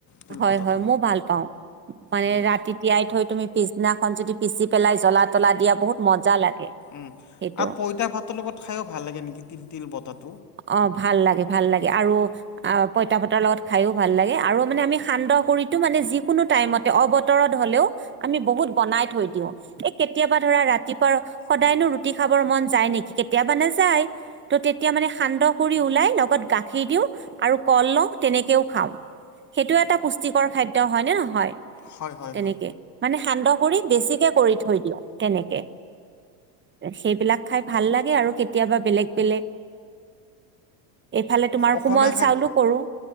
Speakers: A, on the left; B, on the right.
A: তিল
B: হয়
A: বতাটো।
B: হয় মও ভাল পাও মানে
A: উম
B: ৰাতি তিয়াই থৈ তুমি পিছনাখন যদি পিছি পেলাই জ্বলা তলা দিয়া বহুত মজা লাগে
A: উম
B: সেইটো
A: আৰু পইতা ভাতৰ লগত খাইও ভাল লাগে নিকি তিল তিল বতাত
B: অ ভাল লাগে ভাল লাগে আৰু অ পইতা ভাতৰ লগত খাইও ভাল লাগে আৰু মানে আমি সান্দহ কৰিতো মানে যিকোনো টাইমতে অবতৰত হলেও আমি বহুত বনাই থৈ দিওঁ এ কেতিয়াবা ধৰা ৰাতিপুৱা সদায়নো
A: দিনটো
B: ৰুটি খাবৰ মন যায় নিকি কেতিয়াবা নেযায় ত তেতিয়া মানে কৰি ওলাই লগত গাখীৰ দিওঁ আৰু কল লওঁ তেনেকেও খাওঁ সেইটো এটা পুষ্টিকৰ খাদ্য হয় নে নহয়
A: নহয়? হয় হয়
B: তেনেকে
A: হয়
B: মানে সান্দহ কৰি বেছিকে কৰি থৈ দিওঁ তেনেকে সেইবিলাক খাই ভাল লাগে আৰু কেতিয়াবা বেলেগ বেলেগ এইফালে তোমাৰ
A: অসমীয়া
B: কোমল চাউলো কৰো